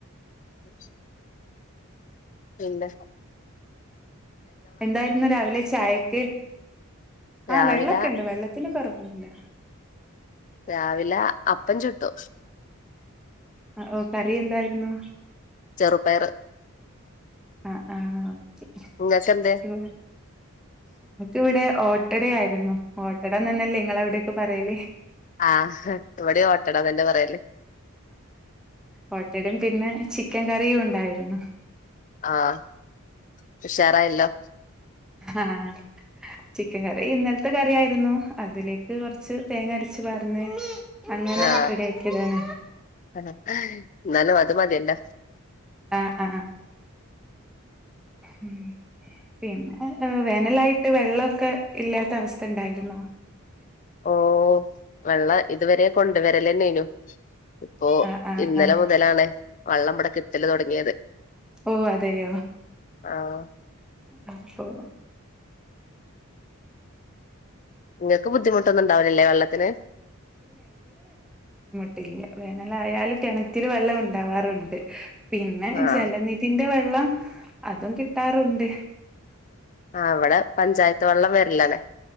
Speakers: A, on the left; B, in the centre.
A: ഉ ഇല്ല
B: എന്തായിരുന്നു രാവിലെ ചായക്ക്
A: രാവിലെ
B: ആ വെള്ളൊക്കെ ഉണ്ട് വെള്ളത്തിന പറവുന്നില്ല
A: രാവിലെ പ്പം ചത്തോ
B: ആ ഓ കറി എന്തായിരുന്നു
A: ചെറുപയറ്
B: ആ ആഹ ഇ ക്ക്
A: നിങ്ങൾക്ക് എന്ത്
B: ഇവിടെ ഓട്ടടയായിരുന്നു ഓട്ടടന്ന് തന്നെല്ലേ നിങ്ങ അവിടൊക്കെ പറയലേ
A: ആഹ് ഇവിടെ ഓട്ടടാന്നന്നെ പറയല്
B: ഓട്ടടീം പിന്നെ ചിക്കൻ കറിയും ഉണ്ടായിരുന്നു
A: ആഹ് ഉഷാറായല്ലോ
B: ആഹ് ചി <unintelligible> കറി ഇന്നലത്തെ കറിയായിരുന്നു അതിലേക്ക് കൊറച്ച് തേങ്ങ അരച്ചു പാറ്ന്ന് അങ്ങനെ
A: ആ
B: റെഡി ആക്കിയതാണ്
A: എന്നാലും അത് മതിയല്ല
B: ആ ആ ഉം പിന്നെ വേനലായിട്ട് വെള്ളൊക്കെ ഇല്ലാത്ത അവസ്ഥ ഇണ്ടായിരുന്നോ
A: ഓ വെള്ള ഇതുവരെ കൊണ്ട് വരല്ലന്നേനു ഇപ്പോ
B: ആ ആ
A: ഇന്നലെ
B: ആ
A: മുതലാണേ- വള്ളം ബ്ടെ കിട്ടല് തൊടങ്ങിയത്
B: ഉം അതെയോ
A: ആഹ
B: അശ്ശോ
A: നിങ്ങൾക്ക് ബുദ്ധിമുട്ടൊന്നും ഉണ്ടാവില്ലല്ലേ വെള്ളത്തിന്
B: ട്ടില്ല വേനലായാലും കെണറ്റില് വെള്ളം ഉണ്ടാവാറുണ്ട് പിന്നെ
A: ആഹ്
B: ജലനിധിന്റെ വെള്ളം അതും കിട്ടാറുണ്ട്
A: ആ അവിടെ പഞ്ചായത്ത് വെള്ളം വര്ലാല്ലെ